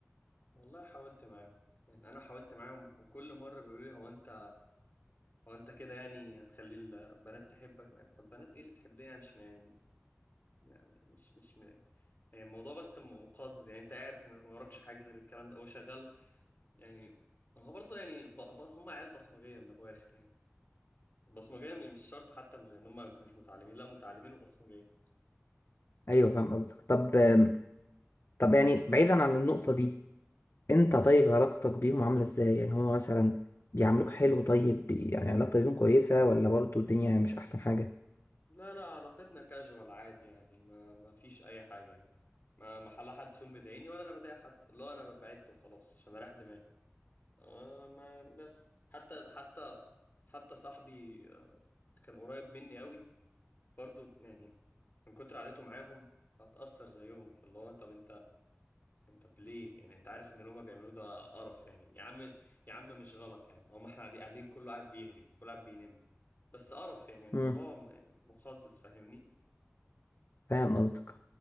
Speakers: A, on the left (about 45°); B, on the left (about 60°).
A: والله حاولت معاهم يعني انا حاولت معاهم وكل مره بيقولوا لي هو انت هو انت كده يعني هتخلي البنات تحبك يعني طب بنات ايه اللي تحبيه يعني مش يعني, يعني مش مش م- يعني الموضوع بس م- مقزز يعني انت قاعد ما وراكش حاجه غير الكلام ده او شغال يعني هو برضه يعني ب... ب... هم عيال بصمجيه من ابو اخر يعني بصمجيه مش شرط حتى من غير ان هم ما يكونوش متعلمين لا متعلمين وبصمجيه
B: ايوه فاهم قصدك طب آم، طب يعني بعيدا عن النقطة دي انت طيب علاقتك بيهم عاملة ازاي يعني هما مثلا بيعاملوك حلو طيب بي- يعني علاقتك بيهم كويسة ولا برضو الدنيا مش احسن حاجة
A: لا لا علاقتنا كاجوال عادي يعني ما ما فيش اي حاجه يعني ما ما حلا حد فيهم بيضايقني ولا انا بضايق حد اللي هو انا بعدت وخلاص عشان اريح دماغي آه ما بس حتى حتى حتى صاحبي آه، كان قريب مني قوي برضو يعني من كتر عادته معاهم هتأثر زيهم فاللي هو طب انت انت طب ليه يعني انت عارف ان اللي هما بيعملوه ده قرف يعني يا عم يا عم مش غلط يعني هما احنا قاعدين قاعدين كله قاعد بيهري كله قاعد بينم بس قرف يعني الموضوع
B: امم
A: م- مقزز فاهمني
B: فاهم قصدك